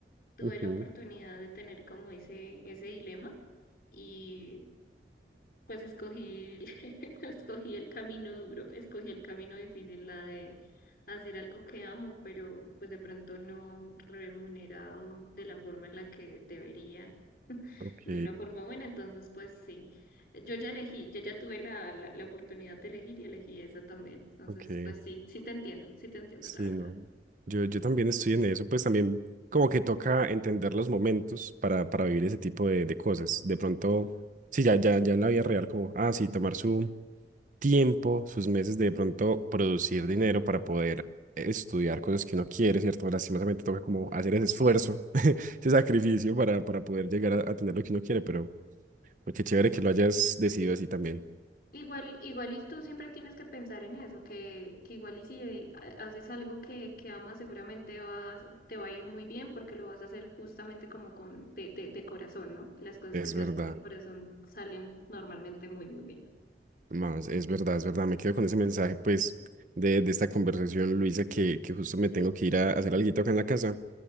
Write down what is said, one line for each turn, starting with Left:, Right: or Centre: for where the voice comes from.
Left: tuve
Right: Ujú,
Left: la oportunidad de tener como ese, ese dilema y pues escogí, el- <laughs> escogí el camino duro, escogí el camino difícil, la de hacer algo que amo, pero pues de pronto no remunerado de la forma en la que debería,
Right: Ok,
Left: de una forma buena. Entonces, pues sí, yo ya elegí, yo ya tuve la, la, la oportunidad de elegir y elegí esa también. Entonces,
Right: ok.
Left: pues sí, sí te entiendo, sí te entiendo,
Right: Sí,
Left: la verdad.
Right: no. Yo, yo también estoy en eso, pues también como que toca entender los momentos para, para vivir ese tipo de, de cosas. De pronto, sí, ya, ya, ya en la vida real, como, ah, sí, tomar su, tiempo, sus meses de pronto producir dinero para poder estudiar cosas que uno quiere, ¿cierto? Lastimosamente toca como hacer ese esfuerzo, <laughs> ese sacrificio para, para poder llegar a, a tener lo que uno quiere, pero pero qué chévere que lo hayas decidido así también.
Left: Igual, igual y tú siempre tienes que pensar en eso, que, que igual y si eh, ha- haces algo que, que amas, seguramente vas, te va a ir muy bien porque lo vas a hacer justamente como con de, de, de corazón, ¿no? Las cosas
Right: Es
Left: que se
Right: verdad,
Left: hacen de corazón salen normalmente muy, muy bien.
Right: más, es verdad, es verdad. Me quedo con ese mensaje, pues, de, de esta conversación, Luisa, que, que justo me tengo que ir a, hacer alguito acá en la casa.